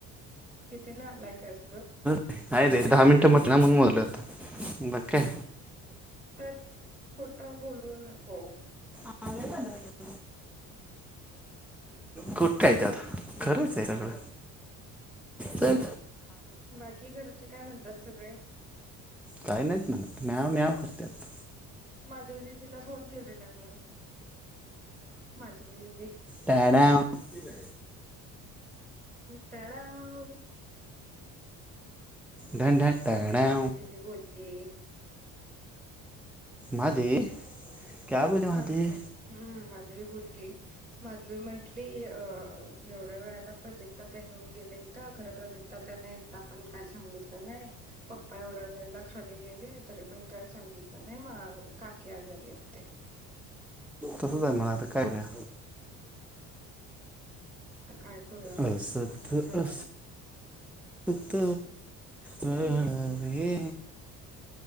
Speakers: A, on the right; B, in the centre.
A: किती नालायक आहेस गं?
B: न्हया रे दहा मिनिटं म्हटला ना, म्हणून मोजलं होता., बाकी काय?
A: तर,, खोटा बोलू नको
B: आले पंधरा दिवस खोटं काय त्यात आता, खरंच आहे सगळं तर
A: बाकी घरचे काय म्हणतात सगळे
B: काही नाहीत म्हणा म्याव- म्याव करत्यात
A: माधवी दिदीला फोन केलेला, मी माधवी दिदी
B: त्याड्यावं आहे
A: त्याडाव
B: ढण
A: मग काय
B: टाळ्याव
A: नाही माधवी दीदी बोली
B: माधवी क्या बोले माधवी?
A: मग हम्म माधवी बोलली, माधवी म्हंटली एवढ्या वेळेला प्रदीप तात्या ते येऊन गेले इथं, खरं प्रदीप तात्या त्याने एकदा पण काय सांगितलं नाही पप्पा एवढ्या वेळेला खाली गेले., तरी पण काय सांगितलं नाही., मा काकी आजारी येत ते
B: तसंच आहे म्हणा आता करूया
A: आता काय करूया म्हटलं
B: अस स
A: असाच
B: तर
A: आहे
B: अस
A: तो
B: कत वरे